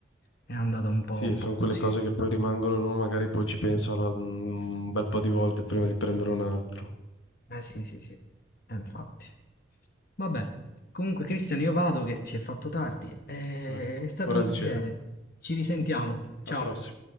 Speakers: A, on the left (about 50°); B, on the left (about 85°).
A: È andata un po',
B: sì,
A: un
B: sono
A: po' così.
B: quelle cose che poi rimangono, uno magari poi ci pensano al- mm, un bel po' di volte prima di prendere un altro.
A: Eh sì, sì, sì, Eh, infatti. Vabbè, comunque Cristian io vado che si è fatto tardi, Eh,
B: Vai.
A: è stato
B: Ora
A: un
B: di
A: piacere.
B: cena.
A: Ci risentiamo. Ciao.
B: Alla prossima.